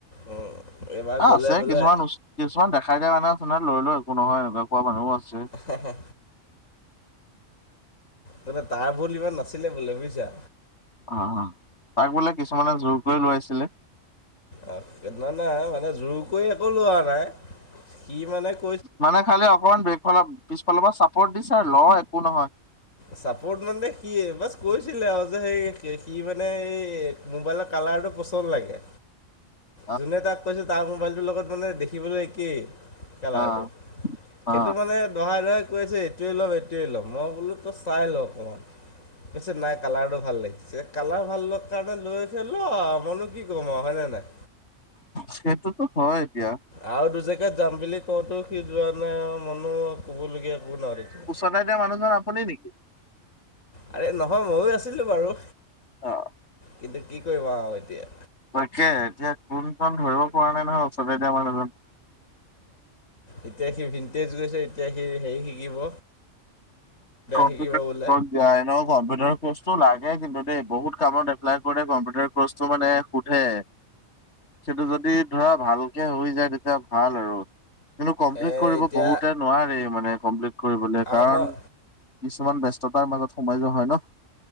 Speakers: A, on the left; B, on the left.
A: উম, এইবাৰ
B: এ
A: গ'লে
B: আছে
A: বোলে
B: কিছুমান উচ কিছুমান দেখাই দিয়া মানুহ আছে নহয় লৈল একো নহয় এনেকুৱা কোৱা মানুহও আছে।
A: হে হে মানে তাৰ ভুল ইমান নাছিলে বোলে বুইছা!
B: হা হাত তাক বোলে কিছুমানে জোৰ কৰি লোৱাইছিলে?
A: অ, নাই নাই মানে জোৰ কৰি একো লোৱা নাই, কি মানে -
B: মানে খালি অকমান ব্ৰেকফালৰ পিছফালৰ পৰা চাপৰ্ট দিছে ল একো নহয়।
A: চাপৰ্ট মানে সি বচ কৈছিলে আৰু যে সেই সি মানে এই - মোবাইলৰ কালাৰটো পচণ্ড লাগে।
B: <inaudible>
A: যোনে তাক কৈছ তাৰ মোবাইলটোৰ লগত মানে দেখিবলে একেই - কালাৰটো,
B: অ অ
A: সেইটো মানে দহাই দহাই কৈ আছে এইটোৱেই ল'ম এইটোৱে ল'ম মই বোলো - তো চাই লওঁ অকণমান। পিছে নাই কালাৰটো ভাল লাগি কালাৰ ভালোৱাৰ কাৰণে লৈছে ল মইনো কি ক'ম আৰু হয় ননে নাই
B: সেইটোতো হয় এতিয়া
A: আৰু দু জেগাত যাম বুলি কওঁতো সি যোৱা নাই মনো কবলগীয়া এক নোৱাৰো
B: চদাই দিয়াানুহজন আপুনি নেকি
A: আৰে নহয় ময়ো আছিলো বাৰু
B: অ',
A: কিন্তু কি কৰিবা আৰু এতিয়া
B: তইাকে এতিয়া কোনজন ধৰিব পৰা নাই নহয় ওচৰতে এতিয়া মানুহজন
A: এতিয়া সি ভিণ্টেজ গৈছে এতিয়া সি হেৰি শিকিব
B: কম্পিউটাৰ
A: শিকিব বোলে।
B: কত দ ন কম্পিউটাৰ কৰ্চটো লাগে কিন্তু দ বহুত কামত এপ্লাই কৰি কম্পিউটাৰ কৰ্চটো মানে সুধে সেইটো যদি ধৰা। ভালে হৈ যায় তেতিয়া ভাল আৰু কিন্তু কমপ্লিট
A: এ
B: কৰিব
A: এতিয়া
B: বহুতে। নোৱাৰে মানে কমপ্লিট কৰিবলৈ কাৰণ
A: আমাৰ
B: কিছুমান ব্যস্ততাৰ মাজত সোমাই যোৱা হয় ন।